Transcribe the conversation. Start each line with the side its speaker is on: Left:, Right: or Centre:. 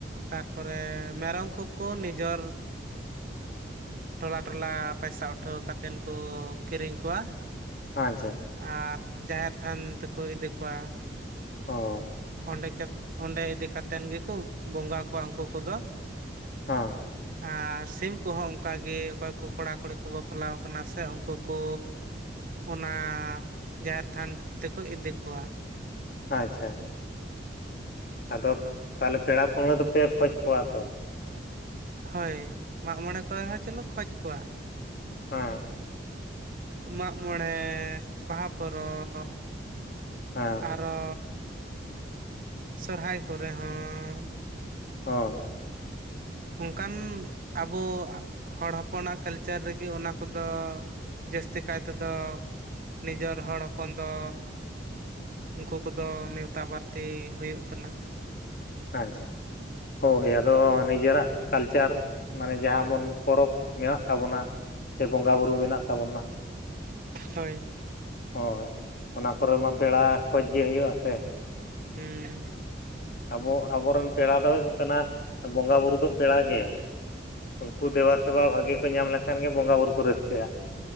Right: ᱛᱟᱨᱯᱚᱨᱮ ᱢᱮᱨᱚᱢ ᱠᱩᱠᱚ ᱱᱤᱡᱚᱨ ᱴᱚᱞᱟ ᱴᱚᱞᱟ ᱯᱟᱭᱥᱟ ᱩᱴᱷᱟᱹᱣ ᱠᱟᱛᱮᱱ ᱠᱩ ᱠᱤᱨᱤᱧ ᱠᱚᱣᱟ᱾
Left: ᱟᱱᱪᱷᱟ ᱾
Right: ᱟᱨ ᱡᱟᱸᱦᱮᱨ ᱛᱷᱟᱱ ᱛᱮᱠᱚ ᱤᱫᱤ ᱠᱚᱣᱟ ᱾
Left: ᱚᱸ
Right: ᱚᱸᱰᱮ ᱠᱮᱛ ᱚᱸᱰᱮ ᱤᱫᱤ ᱠᱟᱛᱮᱱ ᱜᱮᱠᱩ ᱵᱚᱸᱜᱟ ᱠᱚᱣᱟ ᱩᱱᱠᱩ ᱠᱚᱫᱚ ᱾
Left: ᱦᱚᱸ
Right: ᱟᱨ ᱥᱤᱢ ᱠᱚᱦᱚᱸ ᱚᱱᱠᱟ ᱜᱮ ᱚᱠᱚᱭ ᱠᱚ ᱠᱚᱲᱟ ᱠᱩᱲᱤ ᱠᱚ ᱵᱟᱯᱞᱟᱣ ᱠᱟᱱᱟ ᱥᱮ ᱩᱱᱠᱩ ᱠᱚᱻ ᱚᱱᱟ ᱡᱟᱸᱦᱮᱨ ᱛᱷᱟᱱ ᱛᱮᱠᱚ ᱤᱫᱤ ᱠᱚᱣᱟ ᱾
Left: ᱟᱪᱷᱟ ᱾ ᱟᱫᱚ ᱛᱟᱞᱦᱮ ᱯᱮᱲᱟ ᱯᱟᱹᱲᱦᱟᱹ ᱫᱚᱯᱮ ᱠᱷᱚᱸᱡ ᱠᱚᱣᱟ ᱛᱚ?
Right: ᱦᱳᱭ ᱢᱟᱜ-ᱢᱚᱬᱮ ᱠᱚᱭ ᱦᱚᱪᱚᱞᱮ ᱠᱷᱡᱽ ᱠᱚᱣᱟ ᱾
Left: <unintelligible>
Right: ᱢᱟᱜ-ᱢᱚᱬᱮᱸ ᱵᱟᱦᱟ ᱯᱚᱨᱚᱵᱽ
Left: ᱦᱮᱸ
Right: ᱟᱨᱚ ᱥᱚᱨᱦᱟᱭ ᱠᱚᱨᱮᱦᱚᱸ᱾
Left: ᱚ
Right: ᱚᱱᱠᱟᱱ ᱟᱵᱚ ᱟᱜ ᱦᱚᱲ ᱦᱚᱯᱚᱱᱟᱜ ᱠᱟᱹᱞᱪᱟᱨ ᱨᱮᱜᱤ ᱚᱱᱟ ᱠᱚᱫᱚ ᱡᱟᱹᱥᱛᱤ ᱠᱟᱭ ᱛᱮᱫᱚ ᱱᱤᱡᱚᱨ ᱦᱚᱲ ᱦᱚᱯᱚᱱ ᱫᱚᱻ ᱩᱱᱠᱩ ᱠᱚᱫᱚ ᱱᱮᱣᱛᱟ ᱵᱟᱨᱛᱤ ᱦᱩᱭᱩᱜ ᱠᱟᱱᱟ᱾
Left: ᱟᱪᱪᱷᱟ ᱦᱳᱭ ᱟᱫᱚ ᱱᱤᱡᱮᱨᱟᱜ ᱠᱟᱞᱪᱟᱨ ᱢᱟᱱᱮ ᱡᱟᱦᱟᱸ ᱵᱚᱱ ᱯᱚᱨᱚᱵᱽ ᱢᱮᱱᱟᱜ ᱛᱟᱵᱚᱱᱟ ᱥᱮ ᱵᱚᱸᱜᱟ ᱵᱩᱨᱩ ᱢᱮᱱᱟᱜ ᱛᱟᱵᱚᱱᱟ
Right: ᱦᱳᱭ᱾
Left: ᱦᱳᱭ ᱚᱱᱟ ᱠᱚᱨᱮ ᱢᱟ ᱯᱮᱲᱟ ᱠᱷᱚᱡᱽ ᱜᱮ ᱦᱩᱭᱩᱜᱼᱟ ᱥᱮ᱾
Right: ᱦᱩᱸ᱾
Left: ᱟᱵᱚ ᱟᱵᱚᱨᱮᱱ ᱯᱮᱲᱟ ᱫᱚ ᱦᱩᱭᱩᱜ ᱠᱟᱱᱟ ᱵᱚᱸᱜᱟ ᱵᱩᱨᱩ ᱫᱚ ᱯᱮᱲᱟ ᱜᱮ, ᱩᱝᱠᱩ ᱫᱮᱵᱟᱥᱮᱵᱟ ᱵᱷᱟᱜᱤ ᱠᱚ ᱧᱟᱢ ᱞᱮᱠᱷᱟᱱ ᱜᱮ ᱵᱚᱸᱜᱟ ᱵᱩᱨᱩ ᱠᱚ ᱨᱟᱹᱥᱠᱟᱹᱜᱼᱟ᱾